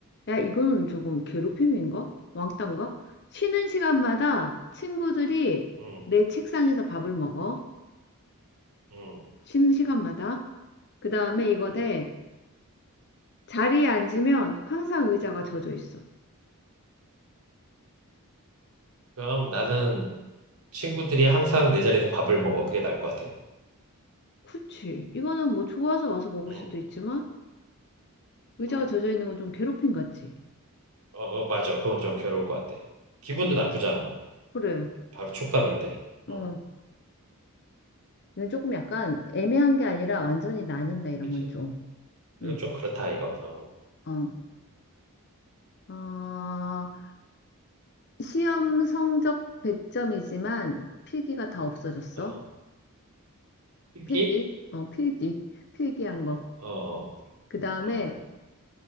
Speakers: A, on the left (about 50°); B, on the right (about 80°).
A: 야, 이거는 조금 괴롭힘인가?
B: 음,
A: 왕따인가? 쉬는 시간마다 친구들이
B: 음,
A: 내 책상에서 밥을 먹어.
B: 음, 음,
A: 쉬는 시간마다. 그 다음에 이거 돼.
B: 음.
A: 자리에 앉으면 항상 의자가 젖어 있어.
B: 그럼 나는 친구들이 항상 내 자리에서 밥을 먹어. 그게 나을 것 같아.
A: 그치. 이거는 뭐 좋아서 와서 먹을
B: 음,
A: 수도 있지만 의자가
B: 어,
A: 젖어 있는 건 좀 괴롭힘 같지.
B: 어, 어, 맞아. 그건 좀 괴로울 것 같아. 기분도
A: 음,
B: 나쁘잖아.
A: 그래.
B: 바로 촉감인데. 어,
A: 어. 이건 조금 약간 애매한 게 아니라 완전히 나뉜다, 이런
B: 그치?
A: 건 좀. 음,
B: 이거 좀 그렇다 이거. 어,
A: 어. 아 시험
B: 음,
A: 성적 100점이지만 필기가 다 없어졌어.
B: 어. 필기?
A: 필기? 어, 필기. 필기한
B: 어,
A: 거.
B: 어,
A: 그 다음에
B: 어, 어.